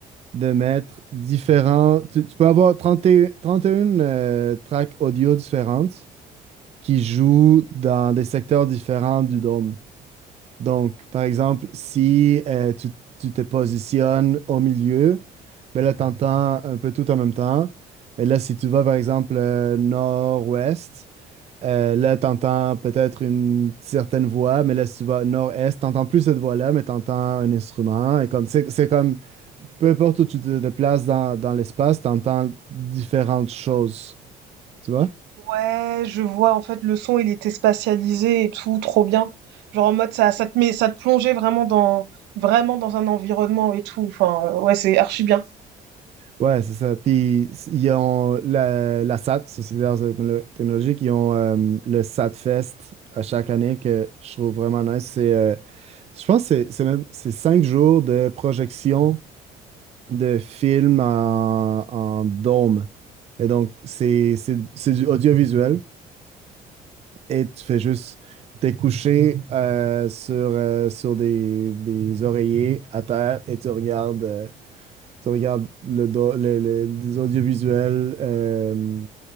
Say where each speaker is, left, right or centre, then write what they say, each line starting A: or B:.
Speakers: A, on the right (about 40°); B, on the right (about 85°).
A: de mettre différents. Tu, tu peux avoir trente et- 31 euh, tracks audio différentes qui jouent dans des secteurs différents du dôme. Donc, par exemple, si euh, tu, tu te positionnes au milieu, ben là, tu entends un peu tout en même temps. Mais là, si tu vas, par exemple, euh, nord-ouest, euh, là, tu entends peut-être une certaine voix, mais là, si tu vas nord-est, tu n'entends plus cette voix-là, mais tu entends un instrument. Et comme, c'est, c'est comme, peu importe où tu te déplaces dans, dans l'espace, tu entends différentes choses. Tu vois?
B: Ouais, je vois, en fait, le son, il était spatialisé et tout, trop bien. Genre, en mode, ça ça te met ça te plongeait vraiment dans vraiment dans un environnement et tout. Enfin, heu, ouais, c'est archi bien.
A: Ouais, c'est ça. Puis s- ils ont la, la SAT, Société d'Arts et Technolo- Technologiques, ils ont euh, le SAT Fest à chaque année que je trouve vraiment nice. C'est, euh, je pense que c'est c'est même c'est cinq jours de projection de films en, en dôme. Et donc, c'est c'est- c'est du audiovisuel et tu fais juste t'es couché euh, sur, euh, sur des, des oreillers à terre et tu regardes. euh, tu regardes le, do- le- le- les audiovisuels euh,